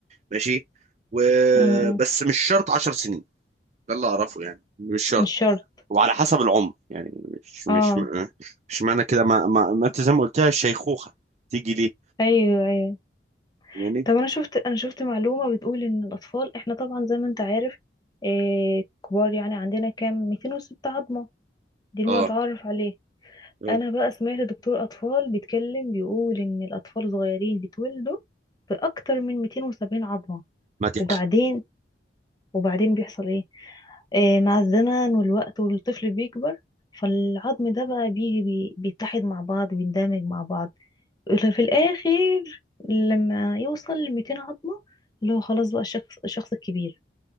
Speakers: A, on the right; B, on the left.
A: ماشي وبس
B: امم
A: مش شرط عشر سنين ده اللي أعرفه يعني مش شرط
B: مش شرط
A: وعلى حسب العمر يعني مش مش
B: اه
A: مش معنى كده ما ما ما انت زي ما قلتها الشيخوخة تيجي ليه
B: ايوه ايوه
A: يعني
B: طب انا شفت انا شفت معلومة بتقول ان الاطفال احنا طبعا زي ما انت عارف آه كبار يعني عندنا كام 206 عظمة دي المتعارف
A: اه
B: عليه
A: آه.
B: انا بقى سمعت دكتور اطفال بيتكلم بيقول ان الاطفال صغيرين بيتولدوا باكتر من 270 عظمة
A: ما دي
B: وبعدين وبعدين بيحصل ايه آه مع الزمن والوقت والطفل بيكبر فالعظم ده بقى بيجي بي- بيتحد مع بعض بيندمج مع بعض في الاخر لما يوصل ل 200 عظمة اللي هو خلاص بقى الشخص الشخص الكبير